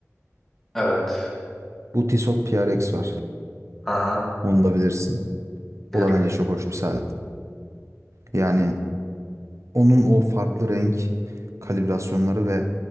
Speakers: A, in the centre; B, on the right.
A: Evet.
B: Bu Tissot PRX var.
A: Aha,
B: Onu da bilirsin.
A: bilirim.
B: O da bence çok hoş bir saat. Yani onun o farklı renk kalibrasyonları ve